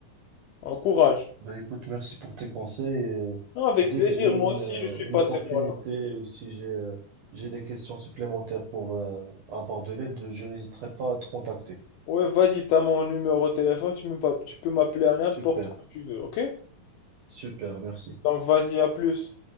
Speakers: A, on the left (about 80°); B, on the right (about 80°).
A: Alors, courage.
B: Ben, écoute, merci pour tes conseils. et
A: Non, avec
B: dès
A: plaisir.
B: que j'ai une,
A: Moi aussi,
B: euh,
A: je suis
B: une
A: passé
B: opportunité
A: par là.
B: ou si j'ai euh, j'ai des questions supplémentaires pour euh, avoir de l'aide, je n'hésiterai pas à te contacter.
A: Ouais, vas-y, t'as mon numéro de téléphone. Tu me pa- tu peux m'appeler à n'importe
B: Super,
A: quand tu veux, ok?
B: super, merci.
A: Donc, vas-y, à plus.